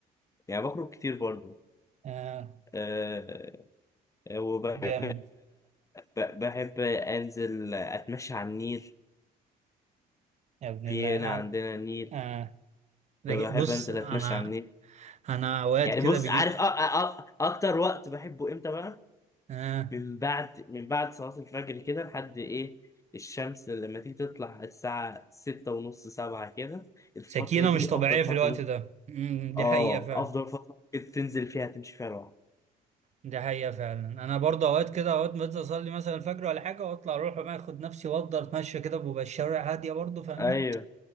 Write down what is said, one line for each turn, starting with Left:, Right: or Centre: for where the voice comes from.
Left: يعني بخرج كتير برضو
Right: اه
Left: آه، وبحب
Right: جامد
Left: ب- بحب أنزل أتمشى على النيل
Right: يا ابن
Left: في
Right: الله اه
Left: هنا عندنا نيل
Right: اه
Left: فبحب
Right: بص
Left: أنزل
Right: انا
Left: أتمشى على النيل
Right: انا اوقات
Left: يعني
Right: كده
Left: بص
Right: بيجي
Left: عارف أ أ أ أكتر وقت بحبه إمتى بقى؟
Right: آه.
Left: من بعد من بعد صلاة الفجر كده لحد إيه الشمس لما تيجي تطلع الساعة ستة ونص سبعة كده الفترة
Right: سكينه
Left: دي
Right: مش طبيعيه
Left: أفضل فترة
Right: في الوقت
Left: ممكن
Right: ده امم دي
Left: آه
Right: حقيقه فعلا
Left: أفضل فترة ممكن تنزل فيها تمشي فيها لوحدك
Right: دي حقيقه فعلا انا برضه اوقات كده اوقات بنزل اصلي مثلا الفجر ولا حاجه واطلع اروح بقى اخد نفسي وافضل اتمشى كده بيبقى الشوارع هاديه برضه فاهمني
Left: أيوه